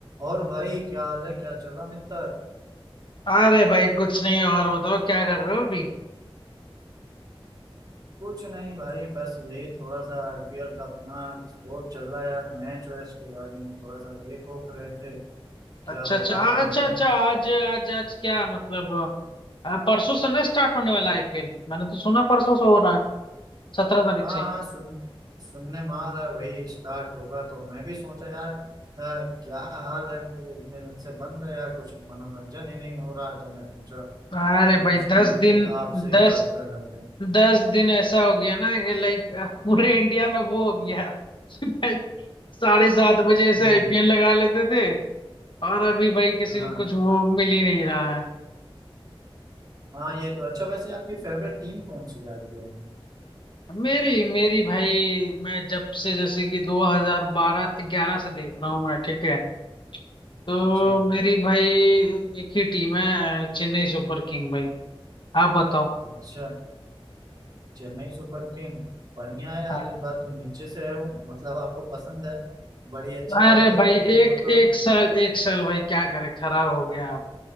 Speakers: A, on the right; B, on the left.
A: और भाई क्या हाल है क्या चल रहा मित्र
B: अरे भाई कुछ नहीं और बताओ क्या कर रहे हो अभी
A: कुछ नहीं भाई बस यही थोड़ा सा आईपीएल का अपना वो चल रहा है यार मैच है इसके बारे में थोड़ा सा देख ओख रहे थे क्या
B: अच्छा
A: होगा
B: अच्छा हाँ,
A: क्या
B: अच्छा
A: नहीं
B: अच्छा आज आज आज क्या मतलब अ, परसों से ना स्टार्ट होने वाला आईपीएल मैंने तो सुना परसों से हो रहा है सत्रह तारीख
A: हाँ
B: से
A: हाँ सुन सुनने में आ रहा है वही स्टार्ट होगा तो मैं भी सोचा यार अ, क्या हाल है कि इतने दिन से बंद है यार कुछ मनोरंजन ही नहीं हो रहा तो मैं सोचा
B: अरे
A: कि
B: भाई
A: कुछ कहीं
B: दस
A: ना कहीं
B: दिन
A: आपसे ही
B: दस
A: बात कर लेते हैं
B: दस दिन ऐसा हो गया ना कि लाइक पूरे इंडिया में वो हो गया कि भाई साढ़े सात बजे ऐसे
A: हम्म
B: आईपीएल लगा लेते थे और अभी भाई किसी
A: हाँ
B: को कुछ वो मिल ही नहीं रहा है
A: हाँ ये तो अच्छा वैसे आपकी फेवरेट टीम कौन सी है आईपीएल में
B: मेरी मेरी भाई मैं जब से जैसे कि 2012 11 से देख रहा हूँ मैं ठीक है तो
A: अच्छा
B: मेरी भाई एक ही टीम है चेन्नई सुपर किंग भाई आप बताओ
A: अच्छा चेन्नई सुपर किंग बढ़िया है यार
B: हाँ
A: इस बार तो नीचे से है वो मतलब आपको पसंद है बड़ी अच्छी
B: अरे
A: बात है
B: भाई
A: क्योंकि
B: एक
A: वो तो
B: एक साल एक साल भाई क्या करे खराब हो गया आप